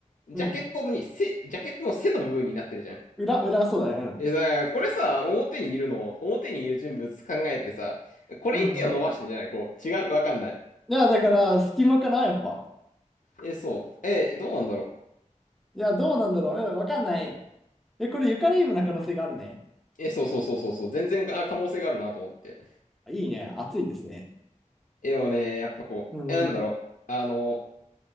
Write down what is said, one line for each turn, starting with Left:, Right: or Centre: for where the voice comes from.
Left: ジャケットにせ、
Centre: うん。
Left: ジャケットの背の部分になってるじゃん。
Centre: 裏、裏、そうだね。うん。
Left: え、だからこれさ、表にいるの、表にいる人物考えてさ、これに手を伸ばしてんじゃないこう、
Centre: うんうん。
Left: 違う、わかんない。
Centre: いや、だから、隙間かな、やっぱ。
Left: え、そう。え、どうなんだろ
Centre: いや、どうなんだろう。えわかんない。え、これ、ユカリームな可能性があるね。
Left: う。え、そうそうそうそうそう、全然あ可能性があるなと思って。
Centre: いいね。熱いですね。
Left: え、でもね、やっぱこう、
Centre: うん。
Left: え、なんだろう。あの、